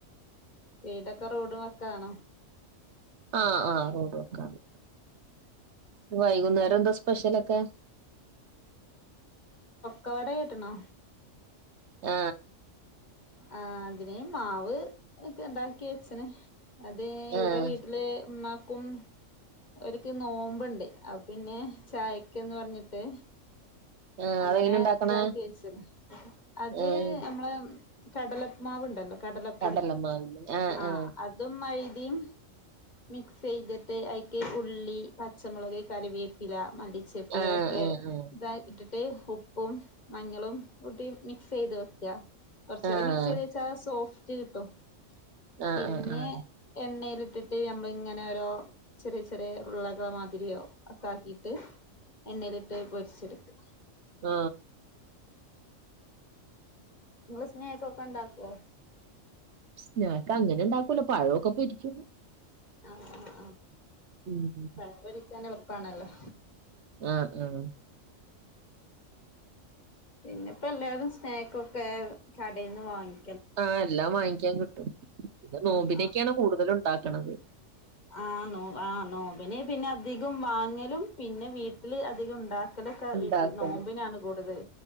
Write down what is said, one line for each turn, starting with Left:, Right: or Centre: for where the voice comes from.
Left: വീടൊക്കെ റോഡും വക്കാണോ?
Right: ആ ആ റോഡ് വക്കാണ്. വൈകുന്നേരം എന്താ സ്പെഷ്യലക്കെ?
Left: കട കിട്ടണോ.
Right: ആ
Left: ആ അതിനേ മാവ് ഒക്കെ ഇണ്ടാക്കി വച്ച്ണ് അത് ഇവിടെ
Right: ആഹ്
Left: വീട്ടിലെ ഉമ്മാക്കും. അവരക്ക് നോമ്പുണ്ട്. അപ്പോ പിന്നെ ചായക്കന്ന് പറഞ്ഞിട്ട്.
Right: ആഹ്
Left: അങ്ങനെ
Right: അതെങ്ങനെ ഉണ്ടാക്കണേ
Left: ഇതാക്കി വച്ചു. അത്
Right: ആഹ്
Left: നമ്മളെ കടലമാവ് ഉണ്ടല്ലോ കടലപ്പൊടി
Right: കടലമാവ് ആഹ്
Left: ആ
Right: ആഹ്
Left: അതും മൈദ യും മിക്സ് ചെയ്തിട്ട് അതിക്ക് ഉള്ളി പച്ചമുളക് കറിവേപ്പില മല്ലിച്ചെപ്പ്
Right: ആഹ്
Left: ഒക്കെ
Right: ആഹ്
Left: ഇതാ ഇട്ടിട്ട് പോ ഉപ്പും മഞ്ഞളും കൂട്ടി മിക്സ് ചെയ്ത് വെക്കുക. കുറച്ച് നേരം
Right: ആഹ് ആഹ്
Left: മിക്സ് ചെയ്ത് വെച്ചാൽ സോഫ് റ്റും കിട്ടും
Right: ആഹ് ആഹ്
Left: പിന്നെ
Right: ആഹ്
Left: എണ്ണയിൽ ഇട്ടിട്ട് നമ്മള് ഇങ്ങനെ ഓരോ ചെറിയ ചെറിയ ഉരുള്ളകള് മാതിരിയോ ഒക്കെ ആക്കിട്ട് എണ്ണയിലിട്ട് പൊരിച്ചെടുത്തു.
Right: ആ
Left: നിങ്ങൾ സ്നേക്കൊക്കെ ഉണ്ടാക്കുകോ
Right: സ്നാക്ക് അങ്ങനെ ഇണ്ടാക്കൂല്ല, പഴൊക്കെ പൊരിക്കും.
Left: ആ ആ ആ
Right: ഉം
Left: പഴം പൊരിക്കാൻ എളുപ്പാണല്ലോ.
Right: ആ ആഹ്.
Left: പിന്നെപ്പോ എല്ലാരും സ്നക്കൊക്കെ കടയിൽന്ന് വാങ്ങി
Right: ആ എല്ലാം വാങ്ങിക്കാൻ കിട്ടും. പിന്നെ നോമ്പിനക്കെയാണ്
Left: ആഹ്
Right: കൂടുതല് ഉണ്ടാക്കണത്.
Left: ആ നോമ്പി നോമ്പിന് പിന്നെ അധികം വാങ്ങലും പിന്നെ വീട്ടില് അധികം ഉണ്ടാക്ക ലൊക്കെ
Right: ഉണ്ടാക്കല്
Left: വീട്ടിൽ നോമ്പിനാണ് കൂടുതൽ.